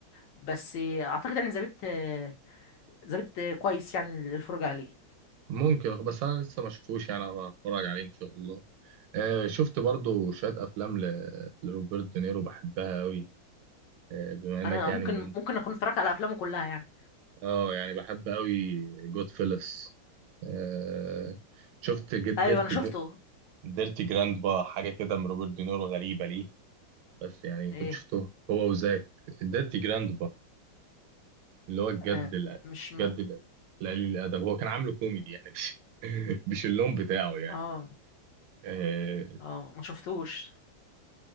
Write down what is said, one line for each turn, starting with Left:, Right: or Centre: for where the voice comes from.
Left: بس آه، اعتقد يعني ذابت آه، ذابت آه، كويس يعني للفرجة عليه
Right: ممكن بس انا لسه ما شفتوش يعني هتفرج عليه ان شاء الله آه شفت برضو شويه افلام ل... لروبرت دينيرو بحبها قوي آه بما انك
Left: انا
Right: يعني
Left: ممكن
Right: من
Left: ممكن اكون اتفرجت على افلامه كلها يعني
Right: اه يعني بحب قوي جود فيلس آه شفت جيت ديرتي
Left: ايوه انا شفته
Right: ج... ديرتي جراند بقى حاجه كده من روبرت دينيرو غريبه ليه بس يعني
Left: ايه
Right: كنت شفته هو وزاك ديرتي جراند بقى اللي هو الجد
Left: آه،
Right: الأ-
Left: مش م...
Right: الجد الأ- القليل الادب هو كان عامله كوميدي يعني مش <laughs> مش اللون بتاعه يعني
Left: اه
Right: آه،
Left: اه ما شفتوش